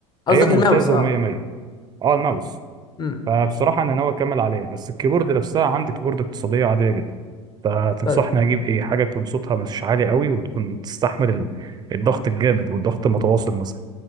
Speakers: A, on the left (about 25°); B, on the right (about 25°).
A: قصدك
B: هي ممتازة
A: الماوس اه
B: ومية مية اه الماوس
A: امم
B: فبصراحة أنا ناوي أكمل عليها بس الكيبورد نفسها عندي كيبورد اقتصادية عادية جدا فتنصحني
A: طيب
B: أجيب إيه حاجة يكون صوتها مش عالي قوي وتكون تستحمل ال- الضغط الجامد والضغط المتواصل مثلا